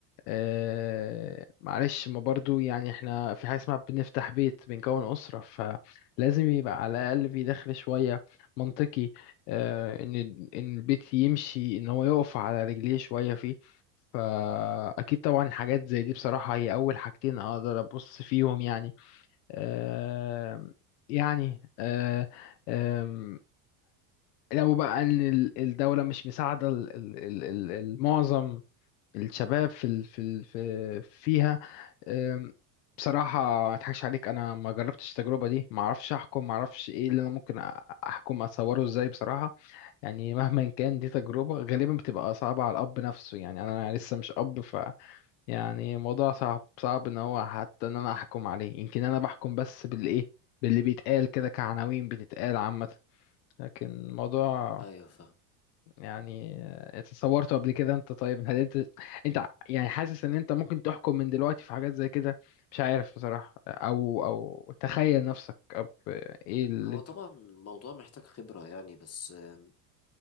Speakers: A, on the left; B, on the left.
A: آه معلش ما برضو يعني احنا في حاجة اسمها بنفتح بيت بنكون أسرة فلازم يبقى على الأقل في دخل شوية منطقي آه ان ان البيت يمشي ان هو يقف على رجليه شوية فيه فأكيد طبعا حاجات زي دي بصراحة هي أول حاجتين أقدر أبص فيهم يعني آه يعني آه آه لو بقى ال- ال- الدولة مش مساعدة ال- ال- ال- ال- المعظم الشباب في ال- في ال- في فيها أم، بصراحة ما اضحكش عليك انا ما جربتش التجربة دي ما اعرفش احكم ما اعرفش ايه اللي انا ممكن أ- احكم اتصوره ازاي بصراحة يعني مهما كان دي تجربة غالبا بتبقى صعبة على الاب نفسه يعني انا لسه مش اب ف يعني الموضوع صعب صعب ان هو حتى ان انا احكم عليه يمكن انا بحكم بس بالايه باللي بيتقال كده كعناوين بتتقال عامة لكن الموضوع
B: ايوه فاهم
A: يعني آه، اتصورته قبل كده انت طيب هل انت انت ع- يعني حاسس ان انت ممكن تحكم من دلوقتي في حاجات زي كده مش عارف بصراحة او او تخيل نفسك أب... ايه اللي
B: هو
A: انت
B: طبعا الموضوع محتاج خبرة يعني بس آه،